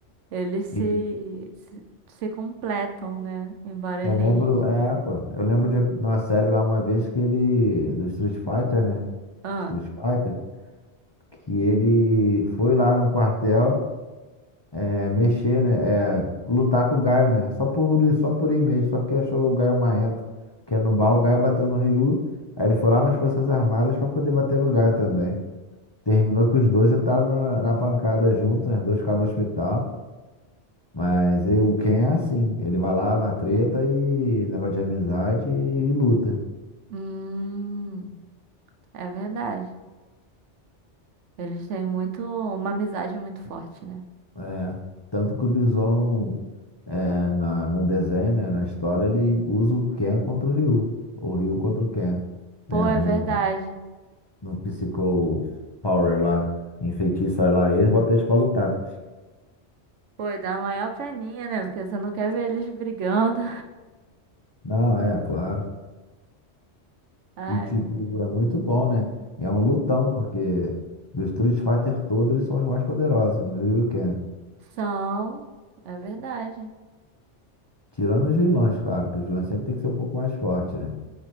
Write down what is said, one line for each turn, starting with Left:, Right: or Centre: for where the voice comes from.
Right: Eles se,
Left: E
Right: se, se completam, né? Embora
Left: eu
Right: eles.
Left: lembro, é, pô, eu lembro de uma série lá uma vez que ele, do Street Fighter, né?
Right: Ah,
Left: Street Fighter, que ele foi lá no quartel. É, mexer, né? É, lutar com o Gaio, né? Só por tudo isso, só por ir mesmo, só porque achou o Gaio marrento. Porque no bar o Gaio bateu no Ryu, aí ele foi lá nas Forças Armadas pra poder bater no Gaio também. Terminou que os dois entraram na, na pancada juntos, né? Os dois ficaram no hospital. Mas e o Ken é assim, ele vai lá na treta e negócio de amizade e, e luta.
Right: hum, é verdade. Eles têm muito, uma amizade muito forte, né?
Left: É, tanto que o Bison é, na, no desenho, né? Na história, ele usa o Ken contra o Ryu, ou o Ryu contra o Ken
Right: Pô,
Left: né?
Right: é
Left: No,
Right: verdade.
Left: no Psycho Power lá, enfeitiça lá eles, bota eles pra lutar.
Right: Pô, e dá maior peninha, né? Porque você não quer ver eles brigando.
Left: Não, é, claro.
Right: <laughs> Ai,
Left: E tipo,
Right: meu Deus.
Left: é muito bom, né? E é um lutão, porque do Street Fighter todos, eles são os mais poderosos, o Ryuken.
Right: São, é verdade.
Left: Tirando os vilões, claro, que os vilões sempre tem que ser um pouco mais forte, né?